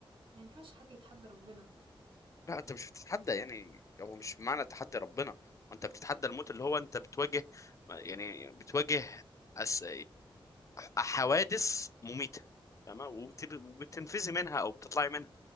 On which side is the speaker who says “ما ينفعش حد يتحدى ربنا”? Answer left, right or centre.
Right